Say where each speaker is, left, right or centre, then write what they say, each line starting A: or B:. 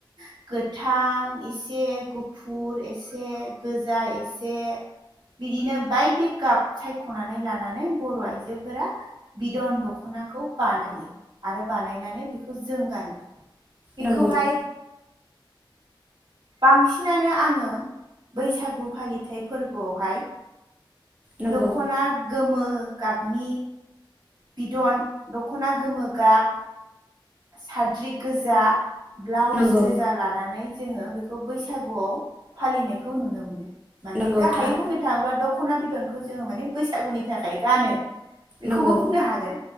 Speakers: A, on the right; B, on the right.
A: गो गोथां एसे गुफुर एसे गोजा एसे बिदिनो बायदि गाब सायख'नानै लानानै बर' आइजोफोरा बिदन दख'नाखौ बानायो आरो बानायनानै बेखौ जों गानो। बेखौहाय
B: नंगौ नंगौ
A: बांसिनानो आङो बैसागु फालिथाय फोरबोआवहाय
B: नंगौ
A: दखना गोमो गाबनि बिदन दख'ना गोमो गाब साद्रि गोजा ब्लाउस
B: नंगौ
A: गोजा लानानै जोङो बेखौ बैसागुआव फालिनायखौ नुनो मोनो। माने
B: नंगौ
A: गाहायै
B: थार
A: बुंनो थाङोब्ला दख'ना बिदन खो जोङो माने बैसागुनि थाखाय गानो। बेखौबो
B: नंगौ
A: बुंनो हागोन